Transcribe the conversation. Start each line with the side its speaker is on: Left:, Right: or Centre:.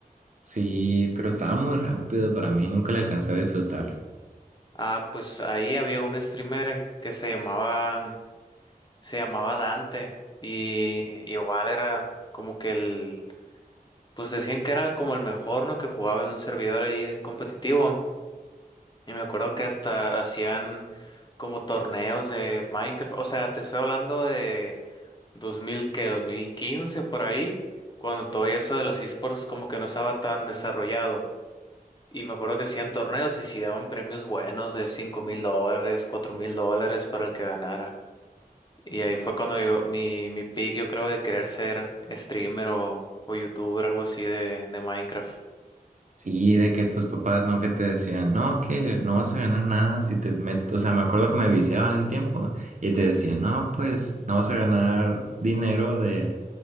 Right: Sí, pero estaba muy rápido para mí, nunca le alcancé a disfrutar.
Left: Ah, pues ahí había un streamer que se llamaba, se llamaba Dante y igual era como que el, pues decían que era como el mejor, ¿no? Que jugaba en un servidor ahí de competitivo. Y me acuerdo que hasta hacían como torneos de Minecraft. O sea, te estoy hablando de 2000 que 2015 por ahí, cuando todo eso de los esports como que no estaba tan desarrollado. Y me acuerdo que hacían torneos y si daban premios buenos de 5 mil dólares, 4 mil dólares para el que ganara. Y ahí fue cuando yo, mi, mi pick, yo creo, de querer ser streamer o, o youtuber, algo así de, de Minecraft.
Right: Sí, de que tus papás no que te decían, no, que no vas a ganar nada si te metes, o sea, me acuerdo que me viciaban ese tiempo y te decían, no, pues no vas a ganar dinero de,